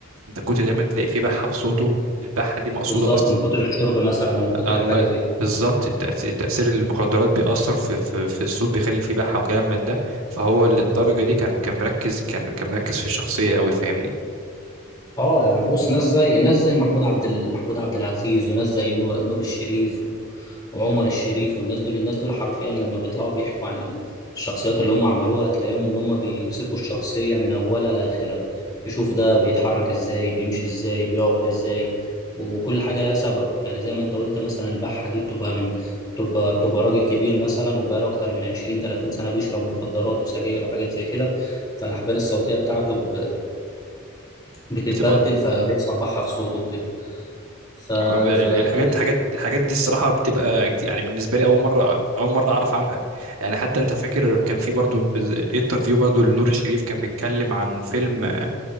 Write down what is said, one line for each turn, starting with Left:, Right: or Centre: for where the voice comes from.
Right: انت كنت دايما تلاقي في بحه في صوته البحه دي مقصوده
Left: بالظبط
Right: اصلا
Left: من كتر الشرب مثلا او من كتر
Right: الله
Left: حاجة زي
Right: بالظبط التأس- التأثير المخدرات بيأثر في في في الصوت بيخلي فيه بحة وكلام من ده فهو للدرجة
Left: كده
Right: دي كان كان مركز كان كان مركز في الشخصية قوي فاهمني
Left: اه يعني بص ناس زي ناس زي محمود عبد ال... محمود عبد العزيز وناس زي نور, نور الشريف و... وعمر الشريف والناس دول الناس دول حرفيا لما بيطلعوا بيحكوا عن ال- الشخصيات اللي هم عملوها تلاقيهم ان هم بيمسكوا الشخصية من اولها لاخرها يشوف ده بيتحرك ازاي بيمشي ازاي بيقعد ازاي وكل حاجة لها سبب يعني زي ما انت قلت مثلا البحة دي بتبقى من بتبقى بتبقى راجل كبير مثلا وبقاله اكتر من 20 30 سنة بيشرب مخدرات وسجاير وحاجات زي كده فالاحبال الصوتيه بتاعته بتتبهدل
Right: بتبقى
Left: فبيحصل بحة في صوته وكده ف...
Right: أنا-
Left: فدي
Right: الحاجات حاجات الحاجات دي الصراحه بتبقى كت- يعني بالنسبه لي اول مره اول مره اعرف عنها يعني حتى انت فاكر كان في برضو انترفيو برضو لنور الشريف كان بيتكلم عن فيلم آه،